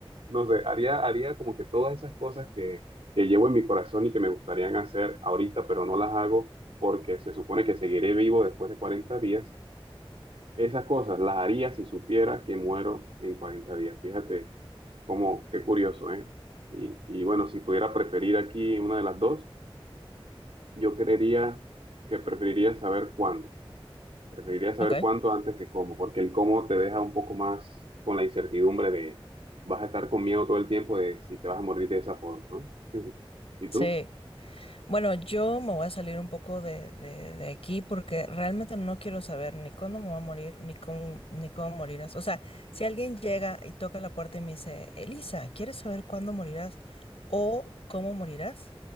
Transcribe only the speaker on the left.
Ok.
Sí.
Bueno, yo me voy a salir un poco de, de- de aquí porque realmente no quiero saber ni cuándo me voy a morir, ni cómo, ni cómo morirás. O sea, si alguien llega y toca la puerta y me dice, Elisa, ¿quieres saber cuándo morirás o cómo morirás?